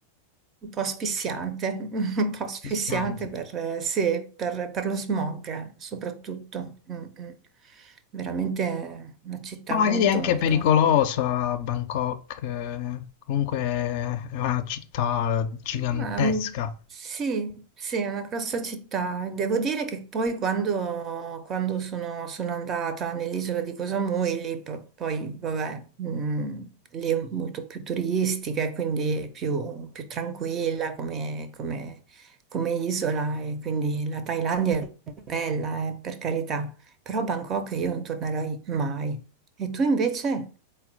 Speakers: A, on the right; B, on the left.
A: un po' asfissiante, <laughs> un po' asfissiante
B: Rischiante.
A: per, eh, sì, per- per lo smog eh, soprattutto. Mm, mm. Veramente una città
B: Ma magari
A: molto,
B: è anche
A: molto.
B: pericolosa Bangkok, eh, comunque è una città gigantesca.
A: Ma, mm, sì, sì, è una grossa città. E Devo dire che poi quando, quando sono, sono andata nell'isola di Koh Samui, lì po- poi, vabbè, mm, lì è molto più turistica e quindi è più, più tranquilla come, come- come isola e quindi la Thailandia è bella, eh, per carità, però Bangkok io non tornerei mai. E tu invece?